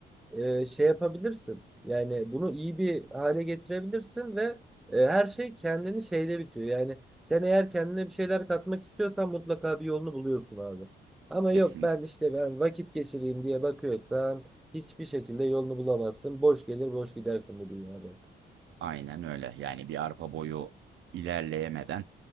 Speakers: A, in the centre; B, on the right.
A: e, şey yapabilirsin. Yani bunu iyi bir hale getirebilirsin ve e, her şey kendini şeyde bitiyor. Yani sen eğer kendine bir şeyler katmak istiyorsan mutlaka bir yolunu buluyorsun abi. Ama yok
B: kesin.
A: ben işte ben vakit geçireyim diye bakıyorsan hiçbir şekilde yolunu bulamazsın. Boş gelir boş gidersin bu dünyada.
B: Aynen öyle. Yani bir arpa boyu ilerleyemeden